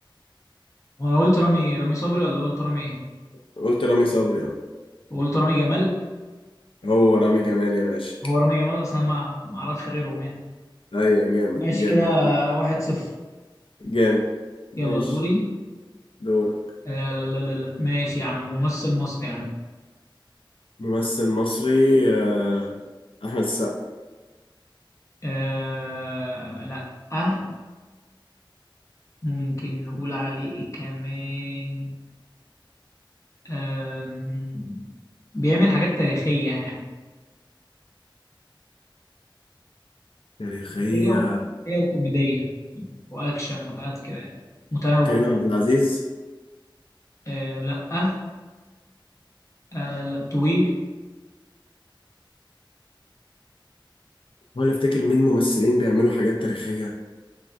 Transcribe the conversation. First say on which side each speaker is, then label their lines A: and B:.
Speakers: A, on the left (about 35°); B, on the left (about 85°).
A: وانا قلت رامي رامي صبري ولا قلت رامي ايه
B: قلت رامي صبري اه
A: قلت رامي جمال
B: هو رامي جمال يا باشا
A: هو رامي جمال اصلا ما ما اعرفش غيرهم يعني
B: أيوة جامد
A: ماشي
B: جامد
A: كده واحد صفر
B: جامد ماشي
A: يلا دوري
B: دورك
A: آه لا لا لا لا ماشي يا عم ممثل مصري يا عم
B: ممثل مصري آه، أحمد السقا
A: آه لا اه ممكن نقول عليه ايه كمان آم، بيعمل حاجات تاريخية يعني
B: تاريخية
A: تاريخية و- تاريخية وكوميدية وأكشن وحاجات كده يعني. متنوع
B: كريم عبد العزيز
A: آه لا آه آه، لا، طويل
B: ولا افتكر مين ممثلين بيعملوا حاجات تاريخية